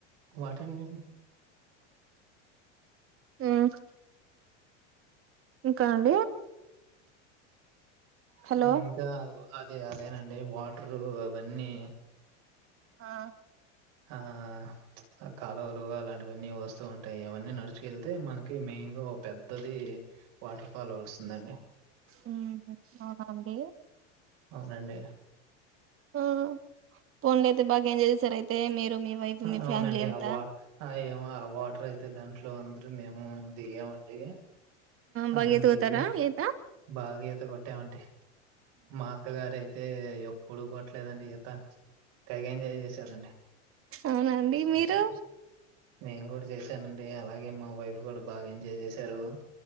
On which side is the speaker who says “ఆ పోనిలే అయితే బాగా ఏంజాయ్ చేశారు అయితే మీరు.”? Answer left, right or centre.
Right